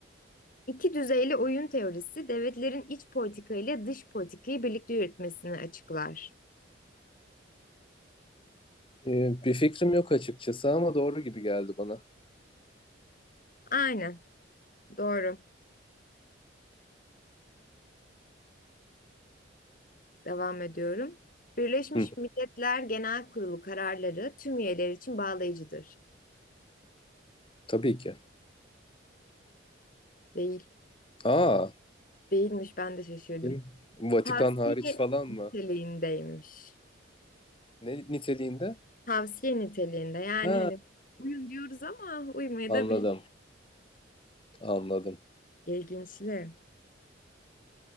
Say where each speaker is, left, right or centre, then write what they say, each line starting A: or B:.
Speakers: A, on the left; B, on the left.
A: İki düzeyli oyun teorisi devletlerin iç politika ile dış politikayı birlikte yürütmesini açıklar.
B: Ee, bir fikrim yok açıkçası ama doğru gibi geldi bana.
A: Aynen. Doğru. Devam ediyorum. Birleşmiş
B: Hı,
A: Milletler Genel Kurulu kararları tüm üyeler için bağlayıcıdır.
B: tabii ki.
A: Değil.
B: Aa,
A: Değilmiş ben de şaşırdım.
B: kim? Vatikan
A: Tavsiye
B: hariç falan
A: niteliğindeymiş.
B: mı? Ne niteliğinde?
A: Tavsiye niteliğinde yani
B: Ha,
A: hani uyun diyoruz ama uymaya
B: anladım.
A: da bilir.
B: Anladım.
A: İlginçli.